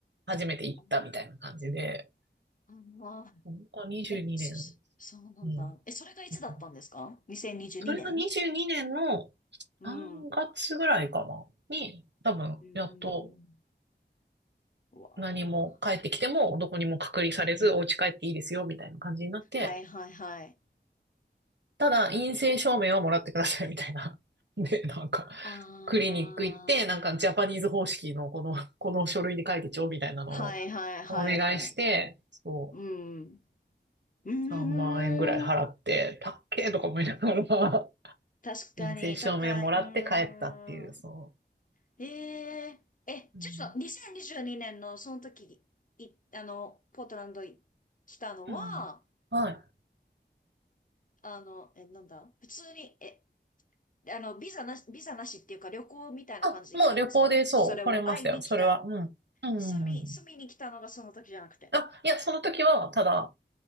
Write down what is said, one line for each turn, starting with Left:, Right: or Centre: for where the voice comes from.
Right: 初めて行ったみたいな感じで、
Left: あ、あまあ、
Right: ここ22年、
Left: え、そ、そそうなんだ。
Right: うん。
Left: え、それがいつだったんですか
Right: うん。
Left: ?2022
Right: それが22年の
Left: 年うん。
Right: 3月ぐらいかな、
Left: う
Right: に、多分、
Left: ーん。
Right: やっと
Left: うわあ。
Right: 何も帰ってきても、どこにも隔離されず、お家帰っていいですよみたいな感じになって、
Left: はいはいはい。
Right: ただ陰性証明はもらってくださいみたいな。<laughs> で、なんか、
Left: ああ。
Right: クリニック行って、なんかジャパニーズ方式のこの、<laughs> この書類に書いてちょうみたいなのをお願いして、
Left: はいはいはいはい。
Right: そう、
Left: うん。うーん。
Right: 3万円ぐらい払って、たっけーとか思いながら、<laughs>
Left: 確かに高い、
Right: 陰性証明もらって帰ったっていう、
Left: うん、
Right: そ
Left: へえ、え、
Right: う。うん。
Left: ちょっと、二千二十二年のその時い、あのポートランド来たのは、
Right: うん。はい。
Left: あのえ、なんだ、普通にえ、あのビザなしビザなしっていうか旅行みたいな感じで来たんですか？
Right: あ、もう旅行でそう、
Left: それも会いに来た、
Right: 来れましたよ。それは。うん。うん。
Left: 住み住みに来たのがその時じゃなくて、
Right: うんあ、いや、その時は、ただ、